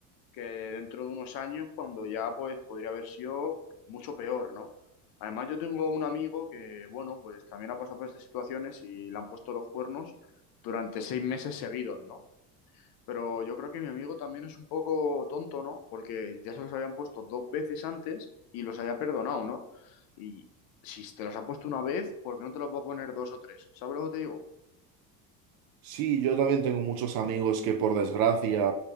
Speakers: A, on the left; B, on the right.
A: que dentro de unos años, cuando ya pues podría haber sido mucho peor, ¿no? Además, yo tengo un amigo que, bueno, pues también ha pasado por estas situaciones y le han puesto los cuernos durante seis meses seguidos, ¿no? Pero yo creo que mi amigo también es un poco tonto, ¿no? Porque ya se los habían puesto dos veces antes y los había perdonado, ¿no? Y si te los ha puesto una vez, ¿por qué no te los va a poner dos o tres? ¿Sabes lo que te digo?
B: Sí, yo también tengo muchos amigos que por desgracia,